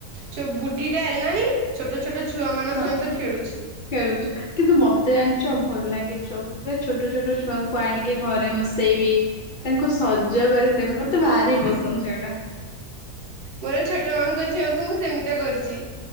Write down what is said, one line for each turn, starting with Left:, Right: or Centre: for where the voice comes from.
Right: ସେ ବୁଢୀ ଟା ହେଲାଣି ଛୋଟ ଛୋଟ ଛୁଆ ମାନଙ୍କ
Left: ହ
Right: ସହିତ ଖେଳୁଛି।
Left: ଖେଳୁଛ କିନ୍ତୁ ମତେ ଜାଣିଛ ଭଲ ଲାଗେ ସବୁ ପୁରା ଛୋଟ ଛୋଟ ଛୁଆଙ୍କୁ ଆଣିକି ଘରେ ବସେଇବି ତାଙ୍କୁ ସଜ କରିଦେବ ମତେ ଭାରି ପସନ୍ଦ ସେଗୁଟା
Right: ମୋର ଛୋଟ ମାଆଙ୍କ ଝିଅ କ ମୁଁ ସେମିତି କରୁଛି।